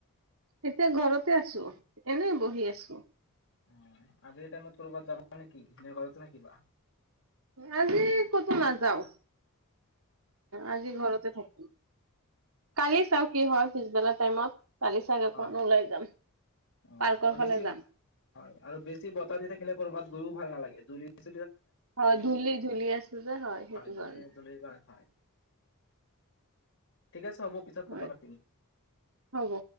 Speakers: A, on the right; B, on the left.
A: এতিয়া ঘৰতে আছোঁ। এনেই বহি আছোঁ।
B: উঁ, আজিৰ টাইমত কৰবাত যাবা নেকি? নে ঘৰতে থাকিবা?
A: আজি ক'তো নাযাওঁ। আজি ঘৰতে থাকি কালি চাওঁ কি হয়। পিছবেলা টাইমত কালি চাগে অকণ
B: হয়,
A: ওলাই যাম
B: অ'।
A: পাৰ্কৰ
B: আৰু
A: ফালে
B: বেছি,
A: যাম
B: হয়, আৰু বেছি বতাহ দি থাকিলে, কৰবাত গৈও ভাল নালাগে। <unintelligible>
A: হয়, ধূলি-ধূলি আছে যে। হয়, সেইটো
B: ধূলি
A: কাৰণে
B: ধূলিৰ কাৰণে হয় ঠিক আছে। হ'ব। পিছত কথা
A: হয়
B: পাতিম।
A: হ'ব